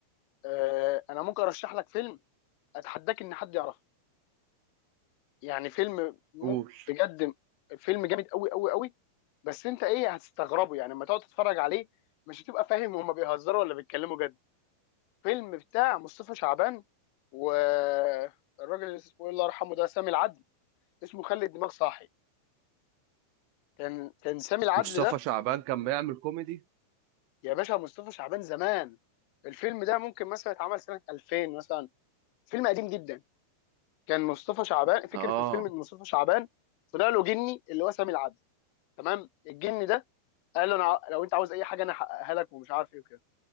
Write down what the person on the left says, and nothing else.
آه، انا ممكن ارشح لك فيلم اتحداك ان حد يعرفه يعني فيلم م...
بجد فيلم جامد قوي قوي قوي بس انت ايه هتستغربه يعني لما تقعد تتفرج عليه مش هتبقى فاهم هما بيهزروا ولا بيتكلموا جد فيلم بتاع مصطفى شعبان والراجل اللي اسمه إيه، الله يرحمه ده سامي العدل اسمه خلي الدماغ صاحي كان كان سامي العدل
ده
يا باشا مصطفى شعبان زمان الفيلم ده ممكن مثلا اتعمل سنة 2000 مثلا فيلم قديم جدا كان مصطفى شعبان فكرة
الفيلم ان مصطفى شعبان طلع له جني اللي هو سامي العدل تمام الجن ده قال له انا ع- لو انت عاوز اي حاجه انا احققها لك ومش عارف ايه وكده